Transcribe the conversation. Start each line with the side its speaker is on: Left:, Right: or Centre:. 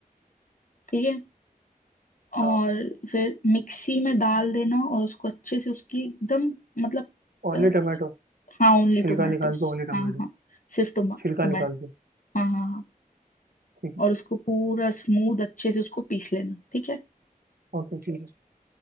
Left: ठीक है और
Right: हाँ
Left: फिर मिक्सी में डाल देना और उसको अच्छे से उसकी एकदम मतलब
Right: ओनली
Left: अ,
Right: टमाटो
Left: हाँ ओनली
Right: छिलका
Left: टोमेटोस
Right: निकाल के ओनली टमाटो
Left: हाँ हाँ सिर्फ टोमा
Right: छिलका
Left: टोमेटो
Right: निकाल के
Left: हाँ हाँ हाँ
Right: ठीक है
Left: और उसको पूरा स्मूथ अच्छे से उसको पीस लेना ठीक है
Right: ओके ठीक है